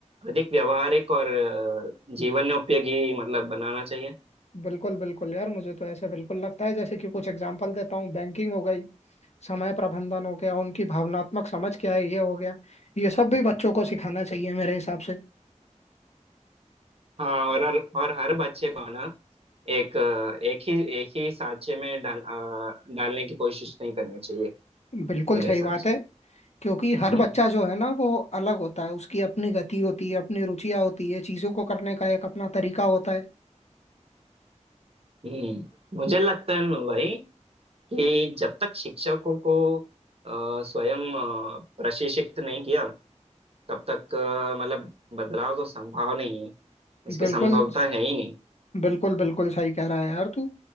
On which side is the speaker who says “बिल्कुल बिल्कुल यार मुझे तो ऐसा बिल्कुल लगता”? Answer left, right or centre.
Left